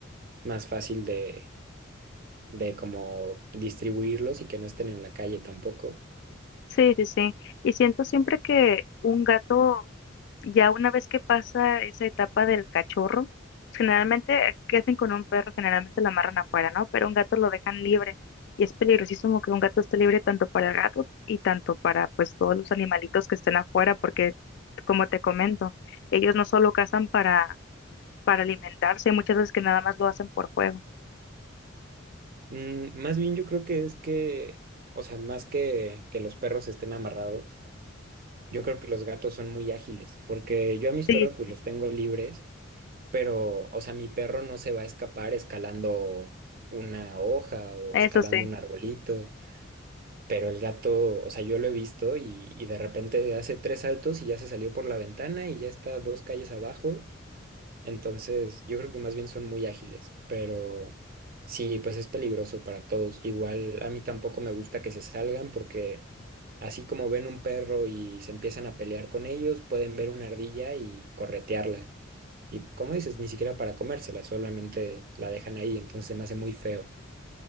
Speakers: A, on the right (about 45°); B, on the left (about 55°).
A: más fácil de, de como distribuirlos y que no estén en la calle tampoco.
B: Sí, sí, sí. Y siento siempre que un gato Ya una vez que pasa esa etapa del cachorro, generalmente, ¿qué hacen con un perro? Generalmente lo amarran afuera, ¿no? Pero un gato lo dejan libre. Y es peligrosísimo que un gato esté libre tanto para el gato y tanto para pues todos los animalitos que estén afuera, porque como te comento, ellos no solo cazan para, para alimentarse, hay muchas veces que nada más lo hacen por juego.
A: Mm, más bien yo creo que es que, o sea, más que que los perros estén amarrados. Yo creo que los gatos son muy ágiles, porque yo a mis
B: Sí,
A: perros pues
B: sí,
A: los tengo libres, pero, o sea, mi perro no se va a escapar escalando una hoja o
B: eso
A: escalando
B: sí.
A: un arbolito, pero el gato, o sea, yo lo he visto y, y de repente hace tres saltos y ya se salió por la ventana y ya está dos calles abajo entonces, yo creo que más bien son muy ágiles, pero sí, pues es peligroso para todos. Igual a mí tampoco me gusta que se salgan porque así como ven un perro y se empiezan a pelear con ellos, pueden ver una ardilla y corretearla. Y como dices, ni siquiera para comérsela, solamente la dejan ahí, entonces se me hace muy feo.